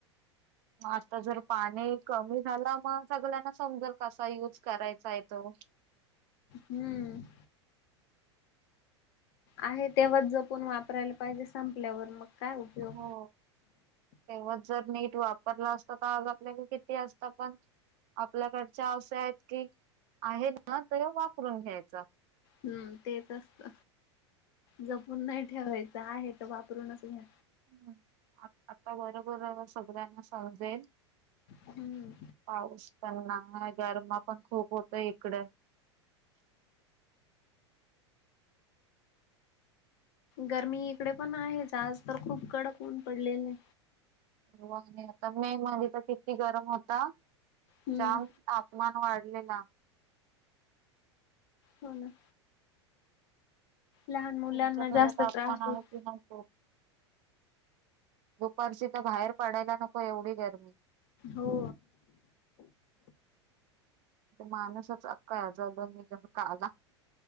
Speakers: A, on the right (about 50°); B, on the left (about 60°).
A: म आता जर पाणी कमी झाला, मग सगळ्यांना समजल. कसा युज करायचा? आहे तो
B: हम्म. आहे तेव्हाच जपून वापरायला पाहिजे, संपल्यावर मग काय उपयोग.
A: हो. तेव्हाच जर नीट वापरलं असत, तर आज आपल्याक किती असतं पण आपल्याकडच्या अस आहेत कि, आहे ना तर वापरून घ्यायचा.
B: हम्म तेच असत, जपून नाही ठेवायचं, आहे तर वापरूनच घ्या.
A: हम् आता बरोबर सगळ्यांना समजेल
B: हम्म.
A: पाऊस पडला नाय, गरम पण खूप होतय इकड.
B: गरमी इकडे पण आहेच, आज तर खूप कडक ऊन पडलेलय.
A: मोस्टली मे मध्ये तर किती गरम होत? त्याच्या
B: हम्म.
A: तापमान वाढलेला
B: हो ना लहान मुलांना
A: तुमच्याकडे
B: जास्त
A: तापमान
B: त्रास होतो.
A: आहे कि नाही? खूप दुपारची तर बाहेर पडायला नको एवढी गरमी.
B: हो
A: माणूसच अक्का <unintelligible> या ज दो म जे काला